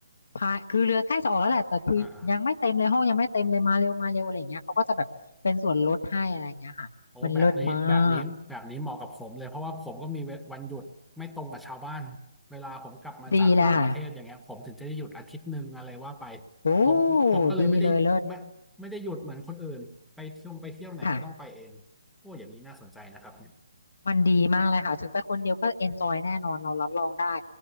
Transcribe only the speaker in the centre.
อ่าอ่าโอ้แบบนี้แบบนี้แบบนี้เหมาะกับผมเลยเพราะว่าผมก็มีเววันหยุดไม่ตรงกับชาวบ้านเวลาผมกลับมาจากต่างประเทศอย่างเงี้ยผมถึงจะได้หยุดอาทิตย์หนึ่งอะไรว่าไป
ผมผมก็เลยไม่ได้ไม่ไม่ได้หยุดเหมือนคนอื่นไปเที่ยวไปเที่ยวไหนก็ต้องไปเองโอ้อย่างนี้น่าสนใจนะครับเนี่ย